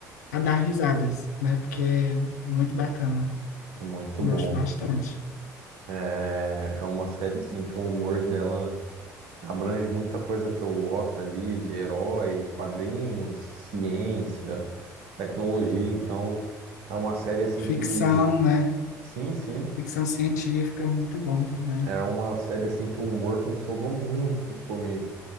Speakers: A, on the left; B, on the right.
A: a dar risadas, né? Porque é muito bacana.
B: É muito
A: Eu gosto
B: bom.
A: bastante.
B: É, é uma série, assim, que o humor dela. Abrange muita coisa que eu gosto ali, de herói, quadrinhos, ciência, tecnologia. Então, é uma série assim
A: Ficção,
B: que,
A: né?
B: sim, sim,
A: Ficção científica, muito bom também.
B: era uma série assim que o humor funcionou muito comigo.